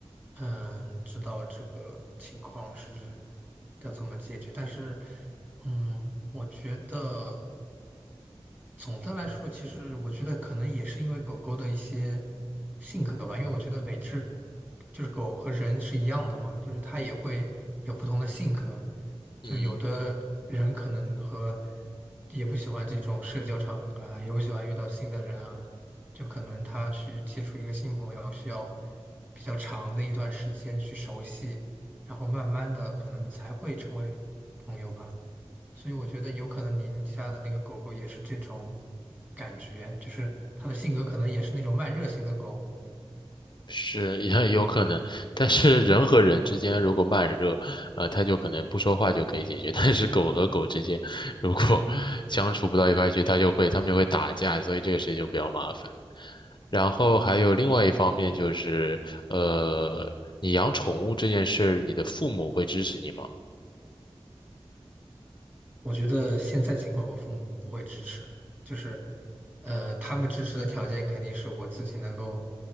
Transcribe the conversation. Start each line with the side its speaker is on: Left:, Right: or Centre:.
Right: 嗯，知道这个情况是要怎么解决，但是，嗯，我觉得总的来说，其实我觉得可能也是因为狗狗的一些性格吧，因为我觉得每只就是狗和人是一样的嘛，就是它也会有不同的性格，
Left: 嗯。
Right: 就有的人可能和也不喜欢这种社交场合啊，也不喜欢遇到新的人啊，就可能他去接触一个新朋友需要比较长的一段时间去熟悉，然后慢慢的可能才会成为朋友吧。所以我觉得有可能您家的那个狗狗也是这种感觉，就是它的性格可能也是那种慢热型的狗。
Left: 是也有可能，但是人和人之间如果慢热，呃，他就可能不说话就可以解决。但是狗和狗之间，如果 <laughs> 相处不到一块去，它就会它们就会打架，所以这个事情就比较麻烦。然后还有另外一方面就是，呃，你养宠物这件事儿你的父母会支持你吗？
Right: 我觉得现在情况，我父母不会支持，就是，呃，他们支持的条件肯定是我自己能够，